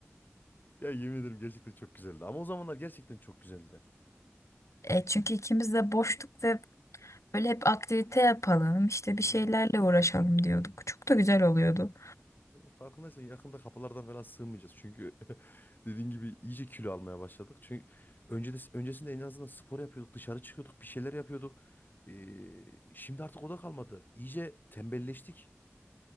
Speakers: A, on the left; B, on the left.
A: Ya yemin ederim gerçekten çok güzeldi. Ama o zamanlar gerçekten çok güzeldi.
B: E, çünkü ikimiz de boştuk ve böyle hep aktivite yapalım. işte bir şeylerle
A: Evet,
B: uğraşalım diyorduk. Çok da güzel
A: evet.
B: oluyordu.
A: Farkındaysan yakında kapılardan falan sığmayacağız. Çünkü <laughs> dediğin gibi iyice kilo almaya başladık. Çünkü önce de, öncesinde en azından spor yapıyorduk, dışarı çıkıyorduk, bir şeyler yapıyorduk. Ee, şimdi artık o da kalmadı. İyice tembelleştik.